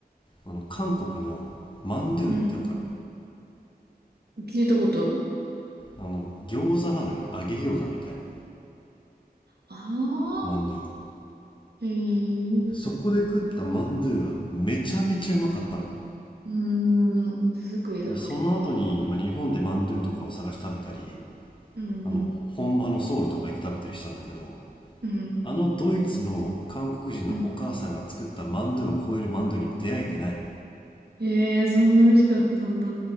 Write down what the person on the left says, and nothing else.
あの韓国のマンドゥってわかる
あの餃子なのよね揚げ餃子みたいな
マンドゥ
そこで食ったマンドゥがめちゃめちゃうまかったのよ
でその後に、まあ、日本でマンドゥとかを探して食べたり
あの本場のソウルとか行って食べたりしたんだけど
あのドイツの韓国人のお母さんが作ったマンドゥを超えるマンドゥに出会えてない